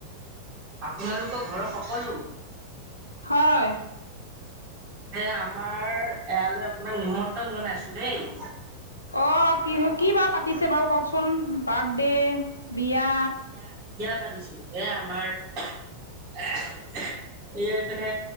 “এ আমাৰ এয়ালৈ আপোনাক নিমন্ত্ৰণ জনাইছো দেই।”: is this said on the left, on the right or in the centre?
Right